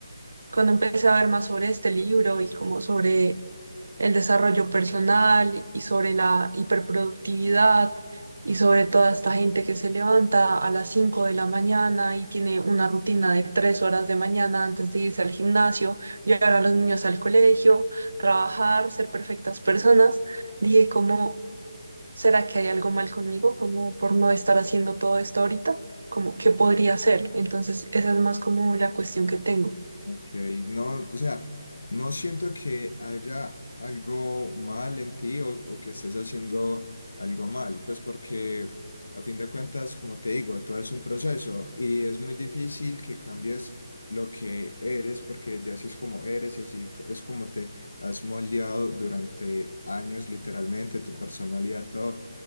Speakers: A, on the right; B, on the left.
A: cuando empecé a ver más sobre este libro y como sobre el desarrollo personal y sobre la hiperproductividad y sobre toda esta gente que se levanta a las 5 de la mañana y tiene una rutina de 3 horas de mañana antes de irse al gimnasio, llevar a los niños al colegio, trabajar, ser perfectas personas. Dije, ¿cómo será que hay algo mal conmigo? Como por no estar haciendo todo esto ahorita, como qué podría hacer. Entonces, esa es más como la cuestión que tengo.
B: Ok, no, o sea, no siento que haya algo mal en ti o, o que estés haciendo algo mal, pues porque a fin de cuentas, como te digo, todo es un proceso y es muy difícil que cambies lo que eres porque ya así es como eres y así co- es como te has moldeado durante años, literalmente, tu personalidad, todo